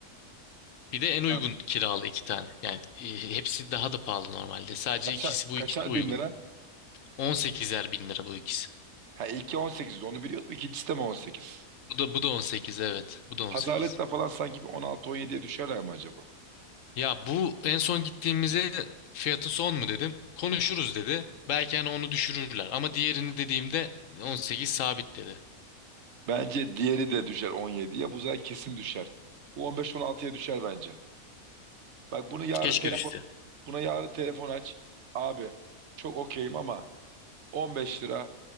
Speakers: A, on the left (about 65°); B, on the right (about 60°).
A: Bir de en uygun
B: Ha,
A: kiralı iki tane. Yani e, hepsi daha da pahalı normalde. Sadece
B: kaça-
A: ikisi bu
B: kaçar
A: ikisi uygun.
B: bin lira?
A: 18'er bin lira bu ikisi.
B: Ha ilki 18'di onu biliyordum. İkincisi de mi on sekiz
A: Bu da bu da on sekiz evet. Bu da 18.
B: Pazarlıkta falan sanki bir on altı on yediye düşerler mi acaba?
A: Ya bu en son gittiğimize fiyatı son mu dedim. Konuşuruz dedi. Belki hani onu düşürürler. Ama diğerini dediğimde 18 sabit dedi.
B: Bence diğeri de düşer 17'ye. Bu zaten kesin düşer. Bu on beş on altıya düşer bence. Bak bunu yarın
A: Keşke
B: telefon
A: düşse.
B: buna yarın telefon aç. Abi çok okeyim ama on beş lira